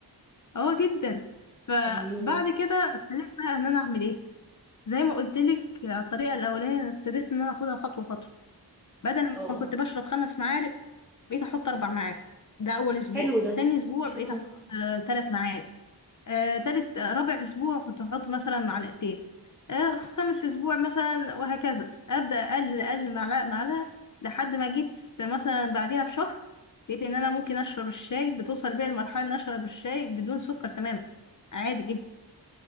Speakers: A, on the left (about 50°); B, in the centre.
A: اه جدا فبعد
B: ايوه
A: كده ابتديت بقى ان انا اعمل ايه زي ما قلت لك الطريقه الاولانيه أنا ابتديت ان انا اخدها خطوه خطوه بدل
B: اه
A: ما كنت بشرب خمس معالق بقيت احط اربع معالق ده اول اسبوع
B: حلو ده
A: تاني اسبوع
B: حلو
A: بقيت احط
B: ده
A: آه تلات معالق آه تالت آه رابع اسبوع كنت احط مثلا معلقتين آه خامس اسبوع مثلا وهكذا ابدا اقل اقل معلقه معلقه لحد ما جيت في مثلا بعديها بشهر لقيت ان انا ممكن اشرب الشاي بتوصل بيا المرحله ان اشرب الشاي بدون سكر تماما عادي جدا